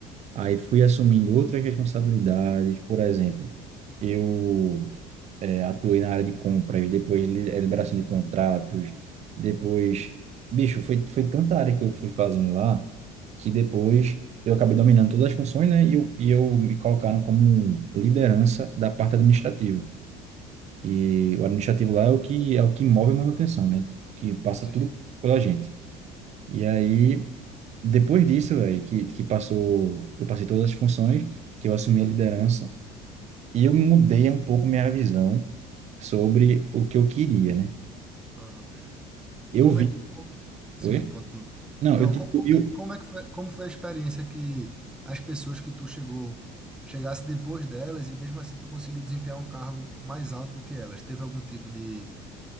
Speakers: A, on the right; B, in the centre.
A: Aí fui assumindo outras responsabilidades, por exemplo, eu eh, atuei na área de compras, depois li- eh, liberação de contratos, depois, bicho, foi, foi tanta área que eu fui fazendo lá, que depois eu acabei dominando todas as funções, né? E eu, e eu me colocaram como um liderança da parte administrativa. E o administrativo lá é o que é o que move a manutenção, né? Que passa
B: Sim.
A: tudo pela gente. E aí depois disso, velho, que, que passou, eu passei todas as funções, que eu assumi a liderança, e eu mudei um pouco minha visão sobre o que eu queria, né?
B: Aham.
A: Eu
B: Como
A: vi.
B: é, como- sim,
A: Oi?
B: continua.
A: Não,
B: Não,
A: eu tive.
B: co- como,
A: eu-
B: é como é que foi, como foi a experiência que as pessoas que tu chegou, chegasse depois delas e mesmo assim tu conseguiu desempenhar um cargo mais alto do que elas? Teve algum tipo de,